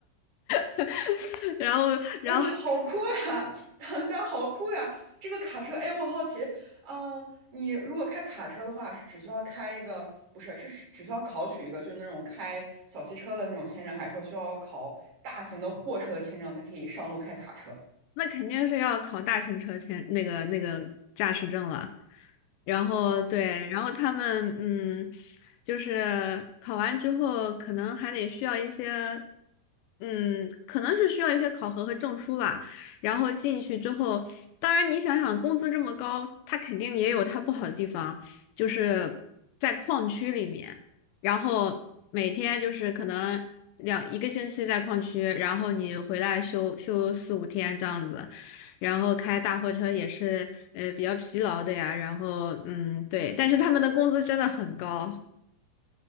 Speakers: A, on the left; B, on the right.
A: <laughs> 然后，然后
B: 哇，好酷呀！<laughs> 等一下，好酷呀！这个卡车，哎，我好奇，啊、你如果开卡车的话，是只需要开一个，不是，是只只需要考取一个，就是那种开小汽车的那种签证，还是说需要考大型的货车的签证才可以上路开卡车？
A: 那肯定是要考大型车前那个那个驾驶证了。然后对，然后他们嗯，就是考完之后，可能还得需要一些，嗯，可能是需要一些考核和证书吧。然后进去之后，当然你想想，工资这么高，它肯定也有它不好的地方，就是在矿区里面。然后每天就是可能两一个星期在矿区，然后你回来休休四五天这样子，然后开大货车也是呃比较疲劳的呀，然后嗯对，但是他们的工资真的很高。